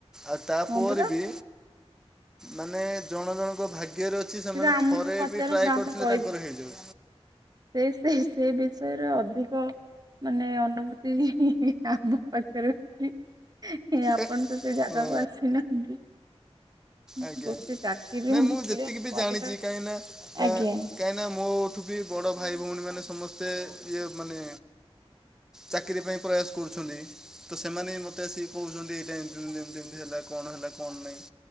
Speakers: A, in the centre; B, on the right.
A: ଆଉ ତାପରେବି
B: ହଁ ପରା
A: ମାନେ ଜଣ ଜଣଙ୍କ ଭାଗ୍ୟରେ ଅ ଛି। ସେମାନେ
B: ସେଇଟା ଆମକୁ
A: ଥରେ
B: ପଚାରନ୍ତୁ
A: ବି ଟ୍ରାଏ
B: ଆମେ
A: କରିଥିଲେ
B: କହିବୁ
A: ତାଙ୍କର ହେଇଯାଉ
B: ସେ ସେ ସେ ବିଷୟରେ ଅଧିକ ମାନେ ଅନୁଭୂତି ଆମ ପାଖରେ ଅଛି। ଆପଣ
A: ଏ,
B: ତ ସେ ଜାଗାକୁ
A: ହଁ
B: ଆସିନାହାନ୍ତି। ଗୋଟେ
A: ଆଜ୍ଞା
B: ଚାକିରିରେ
A: ନାଇ
B: ହେଲେ
A: ମୁଁ ଯେତିକି ବି
B: ପରିବାର
A: ଜାଣିଚି କାହିଁକିନା ଆ
B: ଆଜ୍ଞା।
A: କାହିଁକିନା ମୋଠୁବି ବଡ଼ ଭାଇ ଭଉଣୀମାନେ ସମସ୍ତେ ଇଏ ମାନେ ଚାକିରି ପାଇଁ ପ୍ରୟାସ କରୁଛନ୍ତି ତ ସେମାନେ ହିଁ ମତେ ସିକୋଉଚନ୍ତି ଏଇ ଟାଇମ ଏମତି ଏମତି ହେଲା କଣ ହେଲା କଣ ନାଇଁ।